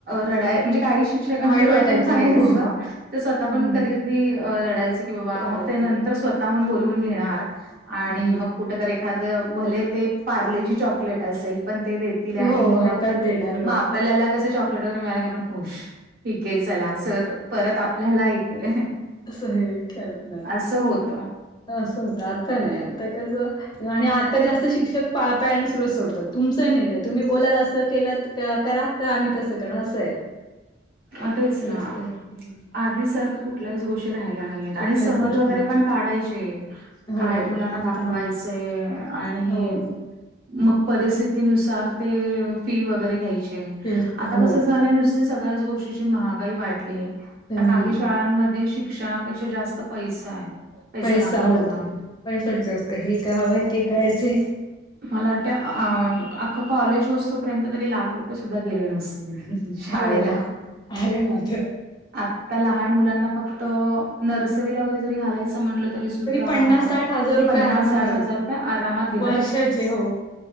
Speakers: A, on the right; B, on the left.
A: रड म्हणजे काही. शिक्कांच्या
B: त्यांना वाईट
A: डोळ्यात
B: वाटायचं
A: पण पाणी
B: हो
A: घयं स्वतः पण
B: हम्म
A: कधी कधी. गदी लडायचं की बाबा
B: रडायचे
A: मग ते नंतर स्वतःहून बोलवून घेणार आणि
B: हम्म
A: मग. कुठ तर एखाद भले ते पार्ले जी चॉकलेट असेल पण ते देत. आणि
B: हो
A: मग
B: हातात देणार हो.
A: मग आपल्याला कस चॉकलेट वगैरे मिळा. पण खुश ठीक आहे चला सर परत आपल्याला हे केलंय.
B: असं हे खेळत नाही.
A: असं होत.
B: असं होतं आता नाही आता कसं आणि आता जास्त शिक्षक पॅरेंट्स रच सोडतात. तुमचा निर्णय तुम्ही बोलायला असं केलं करा तर आम्ही तसं करण असं आहे.
A: मताच
B: जास्त
A: ना
B: हं.
A: आधी सारखा कुठल्याच गोष्टी राहिल्या नाहीय.
B: कुठल्याच
A: आणि सहल
B: गोष्टीमध्ये
A: वगैरे पण काढायचे.
B: हो
A: काय
B: हो
A: मुलांना
B: आता
A: दाखवायचंय
B: नाही
A: आणि
B: हो
A: मग परिस्थितीनुसार ते फी वगैरे घ्यायचे
B: फिर रुपये
A: आता
B: हो
A: कस झाल्यानुस. सग्या गोष्टीची महागाई वाढली आहे
B: ते हं.
A: काही शाळमध्ये. क्षणापेक्षा जास्त पैसा आहे.
B: पैसा
A: लागतो
B: होते
A: त्यांना.
B: पैसाच जास्त हे क हवं ते करायचे.
A: मला वाटतें
B: हो
A: अ. कॉलेज व असतोपर्यंत तरी लाख रुपये सुद्धा गेले नसते शाळेला.
B: हो. अरे मात
A: आता लहान मुलांना फक्त नर्सरीला वगैरे जरी घालायचं म्हणलं. तरी सुद्धा
B: पन्नास साठ हजार रुपये
A: पन्नास
B: आरामात
A: साठ
B: हवेत
A: हजार रुपये आरामात घेत.
B: वर्षाचे हो